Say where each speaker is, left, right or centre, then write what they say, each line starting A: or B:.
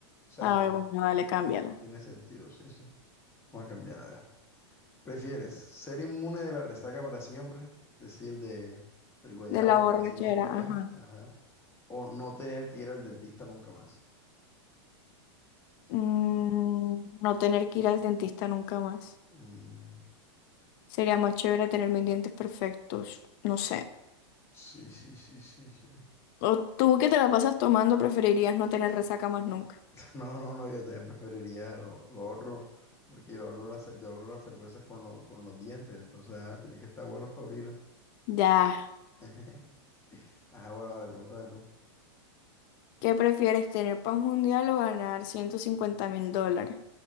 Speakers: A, on the left (about 20°); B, on the left (about 45°).
A: O sea,
B: A
A: no,
B: ver, bueno, dale,
A: no, ti-
B: cámbiala.
A: no tiene sentido, sí, sí. Vamos a cambiar, a ver. ¿Prefieres ser inmune de la resaca para siempre? Decir de... El guayabo,
B: De la
A: como
B: borrachera,
A: le decimos por acá.
B: ajá.
A: Ajá. O no tener que ir al dentista nunca más.
B: Mm, no tener que ir al dentista nunca más.
A: Mm,
B: Sería más chévere tener mis dientes perfectos. No sé.
A: sí, sí, sí, sí, sí. <laughs>
B: O tú que te la pasas tomando, preferirías no tener resaca más nunca.
A: No, no, no, yo también preferiría lo, lo otro, porque yo abro las, yo abro las cervezas con, lo- con los dientes, entonces ah, tiene que estar bueno para abrirlas.
B: Ya.
A: <laughs> Ajá, bueno, dale, pregúntame tú.
B: ¿Qué prefieres, tener paz mundial o ganar 150 mil dólares?